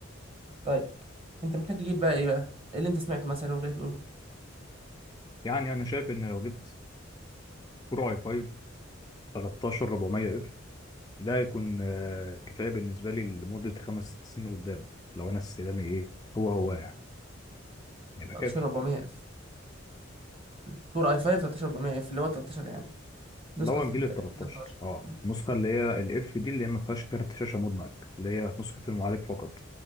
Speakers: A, on the right; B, on the left.
A: طيب انت محتاج تجيب بقى ايه بقى ايه اللي انت سمعته مثلا وجاي تقول له
B: يعني انا شايف ان لو جبت كور اي 5 13 400 اف ده هيكون آه، كفايه بالنسبه لي لمده خمس ست سنين قدام لو انا استخدامي ايه هو هو يعني يبقى
A: 13400
B: كافي
A: اف كور اي 5 13400 اف اللي هو 13 يعني نسخه
B: اللي هو الجيل
A: ال
B: ال 13
A: 13
B: اه
A: مم.
B: النسخه اللي هي الاف دي اللي هي ما فيهاش كارت شاشه مدمج اللي هي نسخه المعالج فقط